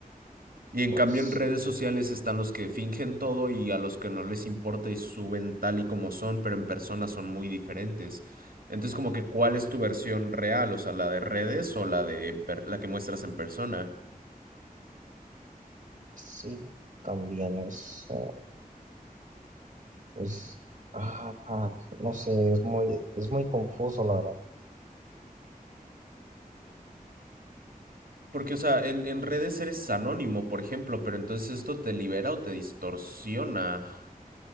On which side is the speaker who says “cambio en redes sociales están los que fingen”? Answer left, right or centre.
Right